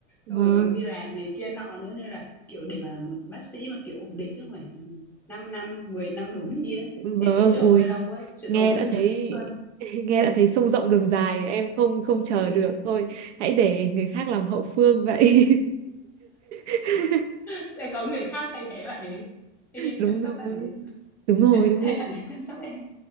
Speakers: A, on the right; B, in the centre.
A: vâng
B: Xong rồi còn đi làm này kia nọ nữa nên là kiểu để mà một bác sĩ mà kiểu ổn định chứ không phải 5 năm, 10 năm đổ đi ấy,
A: vâng
B: em sẽ chờ
A: ui
B: hơi lâu ấy, sẽ
A: nghe
B: tốn
A: đã
B: hơi nhiều
A: thấy
B: thanh xuân.
A: <laughs> nghe
B: Ừ,
A: đã thấy sông rộng đường dài em không không chờ
B: <laughs>
A: được thôi hãy để người khác làm hậu phương vậy <laughs>
B: sẽ có người khác thay thế bạn ấy. Thay em
A: đúng
B: chăm sóc
A: rồi
B: bạn ấy.
A: đúng rồi
B: Em làm
A: đúng
B: thay
A: rồi
B: bạn ấy chăm sóc em.